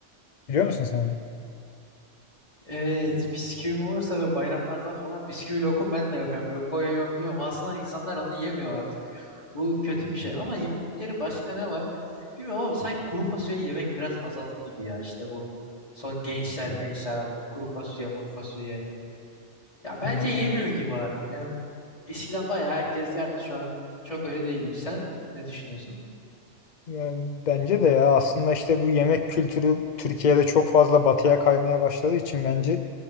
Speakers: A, on the left; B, on the left.
A: Biliyor musun sen onu?
B: Evet bisküvim olursa ve bayramlarda falan bisküvi lokum ben de yapıyorum. Böyle koyuyorum yiyorum. Aslında insanlar onu yemiyor artık. Bu kötü bir şey ama yemedikleri başka ne var? Bilmiyorum ama sanki kuru fasulye yemek biraz azaldı gibi ya. İşte bu son gençler mençler artık kuru fasulye muru fasulye. Ya bence
A: Hmm.
B: yemiyor gibi artık. Yani eskiden bayağı herkes yerdi. Şu an çok öyle değil gibi. Sen ne düşünüyorsun?
A: Yani bence de ya aslında işte bu yemek kültürü Türkiye'de çok fazla batıya kaymaya başladığı için bence